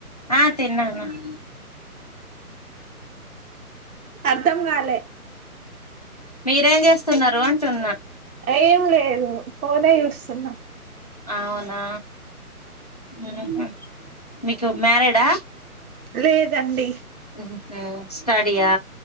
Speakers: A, on the left; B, on the right.
A: ఆ తిన్నాను <inaudible>
B: అర్ధం కాలే
A: మీరేం జేస్తున్నారు అంటున్న
B: ఏం లే ఒ ఫోనే చూస్సున్న
A: ఔనా ఉహు మీకు మ్యరిడా
B: లేదండి
A: ఉమ్ స్టడియా